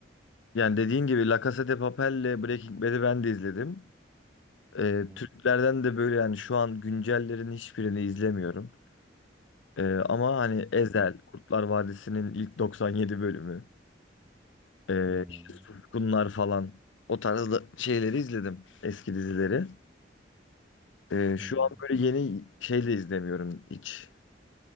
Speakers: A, on the left; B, in the centre.
A: Yani dediğin gibi La Casa de Papel'le Breaking Bad'i ben de izledim. E,
B: Hı,
A: Türklerden de böyle yani şu an güncellerin hiçbirini izlemiyorum. E, ama hani Ezel, Kurtlar Vadisi'nin ilk 97 bölümü. Ee,
B: hı,
A: işte Suskunlar falan o tarzda şeyleri izledim eski dizileri. Ee,
B: hı,
A: şu
B: hı.
A: an böyle yeni şey de izlemiyorum hiç.